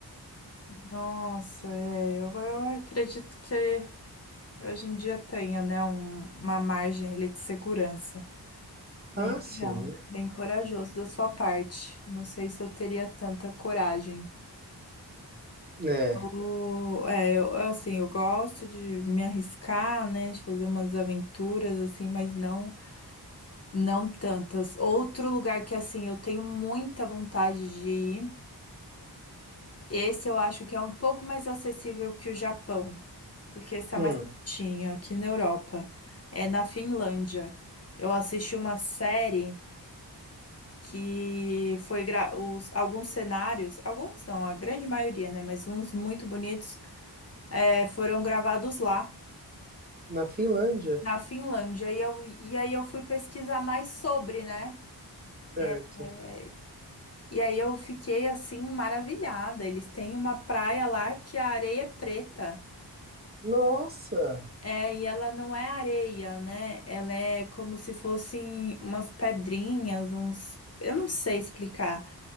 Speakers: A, on the left (about 40°); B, on the right (about 25°).
A: Nossa, é, eu, eu acredito que hoje em dia tenha, né, um- uma margem ali de segurança. Bem
B: Ah, sim,
A: legal, bem corajoso da sua parte. Não sei se eu teria tanta coragem.
B: né?
A: Eu, é, eu, assim, eu gosto de me arriscar, né, de fazer umas aventuras, assim, mas não, não tantas. Outro lugar que, assim, eu tenho muita vontade de ir, esse eu acho que é um pouco mais acessível que o Japão. porque está
B: Hum,
A: mais pertinho, aqui na Europa. É na Finlândia. Eu assisti uma série que foi gra- os, alguns cenários, alguns não, a grande maioria, né? Mas uns muito bonitos, é, foram gravados lá,
B: na Finlândia,
A: na Finlândia. E, eu, e aí eu fui pesquisar mais sobre, né?
B: certo.
A: É, é, e aí eu fiquei assim maravilhada. Eles têm uma praia lá que a areia é preta.
B: Nossa,
A: É, e ela não é areia, né? Ela é como se fossem umas pedrinhas, uns. Eu não sei explicar.